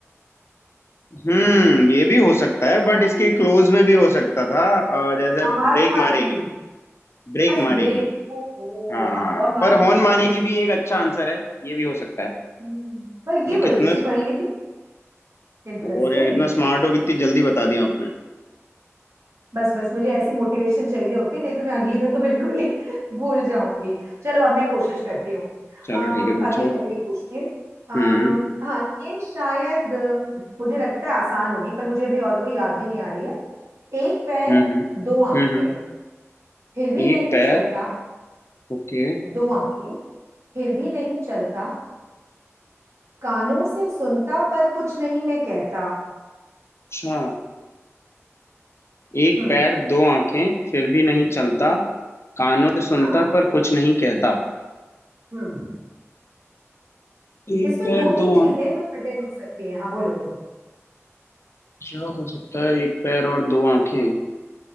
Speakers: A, on the left; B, on the right.
A: हम्म ये भी हो सकता है बट
B: अरे
A: इसके क्लोज में भी हो सकता था अ, जैसे ब्रेक
B: आवाज मारेगी
A: मारेगी ब्रेक
B: अच्छा
A: मारेगी
B: ब्रेक ओहो
A: हाँ
B: हाँ हॉर्न मारने
A: पर
B: के
A: हॉर्न
B: लिए
A: मारेगी
B: तो
A: भी एक अच्छा आंसर है ये भी हो सकता है
B: हम्म, पर
A: ये
B: ये
A: कितना
B: बड़ी अच्छी पहेली थी इंटरेस्टिंग
A: और यार कितना स्मार्ट हो कितनी जल्दी बता दिया आपने
B: बस बस मुझे ऐसी मोटिवेशन चाहिए होती नहीं तो मैं अगली बार तो बिल्कुल ही <laughs> भूल जाऊंगी चलो अब मैं कोशिश करती हूँ
A: चलो
B: अम,
A: ठीक है पूछो
B: अगली पहेली पूछती हूँ अम,
A: हम्म
B: हाँ ये शायद अ, मुझे लगता है आसान होगी पर मुझे अभी और कोई याद भी नहीं आ रही है एक पैर
A: हम्म हम्म
B: दो आंखें
A: हम्म हम्म।
B: फिर भी
A: एक
B: नहीं
A: पैर
B: चलता
A: ओके
B: दो आंखें फिर भी नहीं चलता कानों से सुनता पर कुछ नहीं मैं कहता
A: अच्छा एक
B: हम्म
A: पैर दो आंखें फिर भी नहीं चलता कानों से सुनता
B: हाँ
A: पर कुछ नहीं कहता
B: हम्म
A: एक
B: इसमें
A: पैर
B: दो तीन
A: दो
B: चीजें
A: आंख
B: हैं जो फिट इन हो सकती हैं हाँ बोलो बोलो
A: क्या हो सकता है एक पैर और दो आंखें